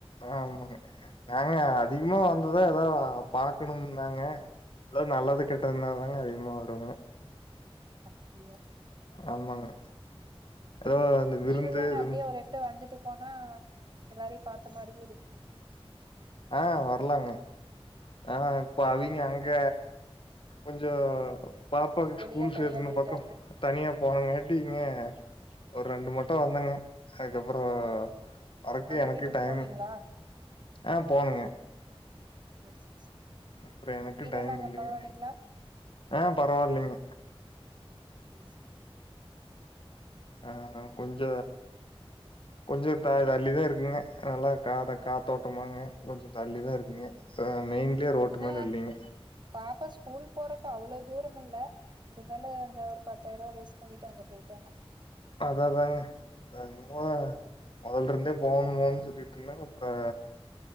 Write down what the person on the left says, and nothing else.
ஆமாங்க நாங்க அதிகமா
வந் து ஏதா பாக்கணும் தாங்க ஏதா நல்லது கெட்டதுன்னா தாங்க அதிகமா வருவங்க
ஆமாங்க ஏதோ அந்த விருந்து
இதுவும்
ஆ வர்லாங்க ஆனா இப்போ அவிங்க அங்க கொஞ்சோ பாப்பாக்கு
ஸ்கூல்
சேக்கனு
பக்கோ தனியா போனங்காட்டிங்க ஒரு ரெண்டு மட்டோ வந்தங்க அதுக்கப்றோ வறக்கு
எனக்கு
டைம்
ஆ போனங்க
அப்றோ எனக்கு
டைம்
இல்லைங்க
ஆ பரவால்லைங்க
ஆ கொஞ்ச கொஞ்சோ தா தள்ளி தா இருக்குங்க நல்லா காத் காத்தோட்டமாங்க கொஞ்சோ தள்ளி தா இருக் க இப்பதா
மெயின்லியே ரோட்டு
மேல இல்லைங்க
அதா அதாங்க அது என்மா மொதல்ல இருந்தே போகணு போனுன் சுத்திட்டு இருந்தா அப்ப